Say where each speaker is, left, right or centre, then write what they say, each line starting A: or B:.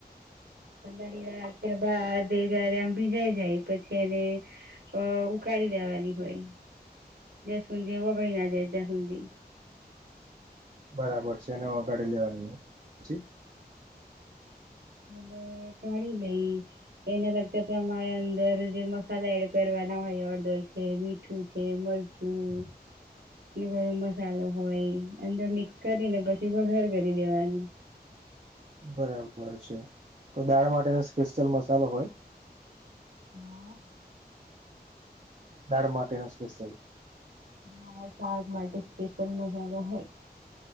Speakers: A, on the right; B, on the right.
A: પલારી રાખ્યા બાદ એ જયારે આમ ભીજાય જાય પછી અને. અ ઉકાળી લેવાની હોય જાય સુંંધી ઓગળ ના જાય ત્યાં સુંધી.
B: બરાબર છે એને ઓગાડીે લેવાની. પછી
A: ને ગાળી લઈ. એને લગતા પ્રમાણે અંદર જે મસાલા એડ કરવાના હોય હળદર છે મી મીઠું છે મરચું ગરમ મસાલો હોય અંદર મિક્સ કરીને પછી વઘાર કરી દેવાનું.
B: બરાબર છે તો દાળ માટેનો સ્પેશિયલ મસાલો હોય.
A: હા.
B: દાળ માટેનો સ્પેસીયલ.
A: હા શાક માટે સ્પેશિયલ મસાલો હોય.